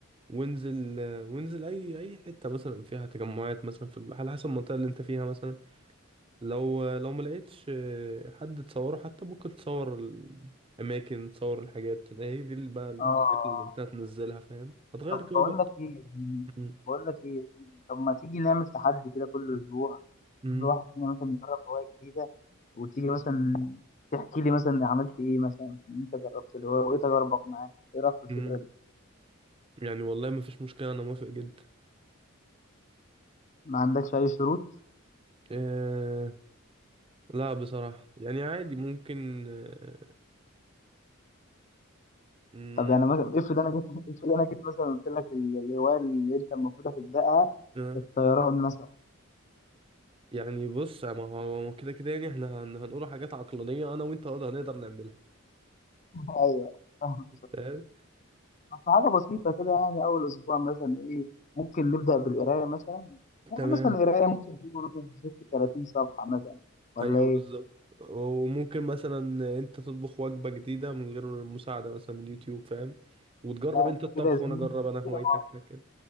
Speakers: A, on the right; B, on the left.
A: وانزل وانزل اي اي حتة مثلا فيها تجمعات مثلا في ال- على حسب المنطقة اللي انت فيها مثلا لو لو ما لقيتش آه، حد تصوره حتى ممكن تصور الأماكن تصور الحاجات ده هي دي اللي بقى الحاجات
B: اه
A: اللي أنت هتنزلها فاهم هتغير
B: طب
A: جو
B: بقول
A: بقى
B: لك ايه
A: م-
B: بقول لك ايه طب ما تيجي نعمل تحدي كده كل اسبوع
A: م-
B: كل واحد فينا مثلا يجرب هواية جديدة وتيجي مثلا تحكي لي مثلا عملت ايه مثلا في اللي انت جربت اللي هو وايه تجاربك معاه ايه رايك في الفكرة
A: م.
B: دي
A: يعني والله ما فيش مشكلة أنا موافق جدا
B: ما عندكش اي شروط
A: آه لا بصراحة يعني عادي ممكن آه م-
B: طب يعني مثلا افرض انا جيت <laughs> افرض انا جيت مثلا قلت لك ال- الهواية اللي انت المفروض هتبدأها
A: آه.
B: الطيران مثلا
A: يعني بص ما هو ما هو كده كده يعني احنا هن- هنقول حاجات عقلانية أنا وأنت هنقدر نقدر نعملها
B: <laughs> ايوه <laughs>
A: فاهم
B: في حاجة بسيطة كده يعني أول أسبوع مثلا إيه ممكن نبدأ بالقراية مثلا يعني
A: تمام
B: مثلا القراية ممكن تكون في سكة 30 صفحة مثلا ولا
A: ايوه
B: إيه؟
A: بالظبط وممكن مثلا انت تطبخ وجبة جديدة من غير مساعدة مثلا من اليوتيوب فاهم وتجرب
B: لا
A: انت
B: أنت
A: الطبخ
B: كده يا زميلي
A: وانا اجرب انا هوايتك
B: كده
A: كده